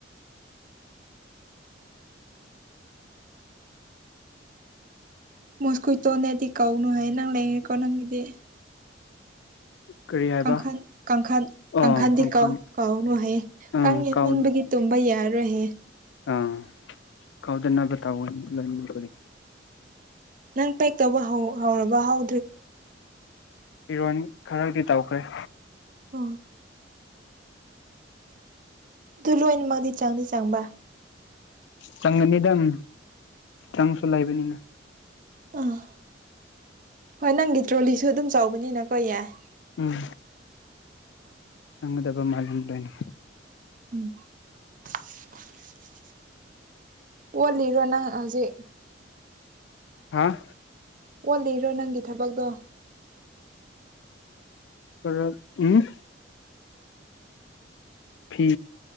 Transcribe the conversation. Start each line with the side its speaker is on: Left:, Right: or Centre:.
Right: ꯃꯣꯁꯀꯨꯏꯇꯣꯅꯦꯗꯤ ꯀꯧꯅꯨ ꯍꯦ ꯅꯪ ꯂꯩꯔꯦꯀꯣ ꯅꯪꯒꯤꯗꯤ
Left: ꯀꯔꯤ ꯍꯥꯏꯕ
Right: ꯀꯥꯡꯈꯟ ꯀꯥꯡꯈꯟ ꯀꯥꯡꯈꯟꯗꯤ
Left: ꯑꯣ ꯈꯣꯡꯈꯥꯡ
Right: ꯀꯥꯎ ꯀꯥꯎꯅꯨ ꯍꯥꯏꯌꯦ
Left: ꯑꯪ
Right: ꯀꯥꯡ ꯌꯥꯝꯃꯟꯕꯒꯤ
Left: ꯀꯥꯎ
Right: ꯇꯨꯝꯕ ꯌꯥ ꯗꯔꯥꯍꯦ
Left: ꯑꯥ ꯀꯥꯎꯗꯅꯕ ꯇꯥꯎꯑꯦ ꯂꯣꯏꯃꯛꯄꯨꯗꯤ
Right: ꯅꯪ ꯄꯦꯛ ꯇꯧꯕ ꯍꯧ ꯍꯧꯔꯕ ꯍꯧ
Left: ꯐꯤꯔꯣꯟ ꯈꯔꯗꯤ ꯇꯧꯈ꯭ꯔꯦ
Right: ꯑꯣꯥ ꯇꯨ ꯂꯣꯏꯅꯃꯛꯗꯤ ꯆꯪꯗꯤ ꯆꯪꯕ
Left: ꯆꯪꯒꯅꯤꯗꯪ ꯆꯪꯁꯨ ꯂꯩꯕꯅꯤꯅ
Right: ꯑꯥ ꯍꯣꯏ ꯅꯪꯒꯤ ꯇ꯭ꯔꯣꯂꯤꯁꯨ ꯑꯗꯨꯝ ꯆꯥꯎꯕꯅꯤꯅꯀꯣ ꯌꯥꯏ
Left: ꯎꯝ ꯆꯪꯒꯗꯕ ꯃꯥꯟꯂꯦ ꯂꯣꯏꯅ
Right: <unintelligible> ꯋꯥꯜꯂꯤꯔ ꯅꯪ ꯑ ꯍꯖꯤꯛ
Left: ꯍꯥꯥ
Right: ꯋꯥꯠꯂꯤꯔ ꯅꯪꯒꯤ ꯊꯕꯛꯇꯣ
Left: ꯀꯔꯛ ꯎꯝ ꯐꯤ